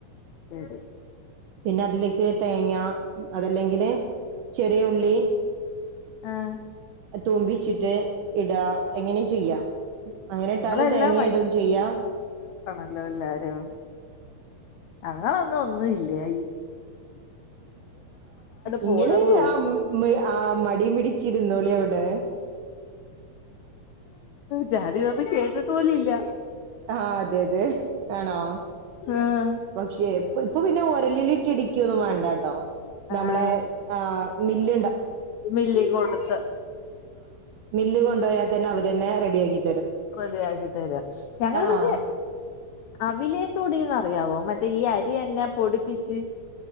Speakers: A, on the left; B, on the right.
A: ഉ
B: പിന്നെ അതിലേക്ക് തേങ്ങ അതല്ലെങ്കില് ചെറിയള്ളി
A: ആഹ്
B: തോ്പിച്ചിട്ട് ഇടാ എങ്ങനെയും ചെയ്യാം അങ്ങനെ ഇട്ടാലും
A: നിങ്ങളെല്ലാം
B: തേങ്ങ ഇടയും ചെയ്യാം
A: ല്ലോല്ലാരോ അങ്ങളൊന്നും ഒന്നുംല്ലയ പോരെന്ന്
B: ഇങ്ങെ
A: തോന്നുന്നു
B: ആ ആ മടിയും പിടിച്ചിരുന്നോളെ അവിടെ <inaudible>
A: ജാാനതന്നും കേട്ടിട്ട് പോലല്ല
B: ആഹ അതെ അതെ ആണോ
A: ആഹ്
B: പക്ഷേ ഇപ്പൊ പിന്നെ ഒരലിലിട്ട് ഇടിക്കൊന്നും വേണ്ടട്ടോ നമ്മളെ
A: ആഹ്
B: ആ മില്ലുണ്ട
A: മില്ലി കൊടുത്ത്
B: മില്ല് കൊണ്ടപ പോയാൽ തന്നെ അവര്ന്നെ റെഡിയ ആി്
A: തി ആക്കി തരാ ഞങ്ങള് പക്ഷെ
B: ആഹ്
A: അവിലേസൊടിന്ന്റിയാവോ മറ്റേ ഈ അരി എന്ന എന്നെ പൊടിപ്പിച്ച്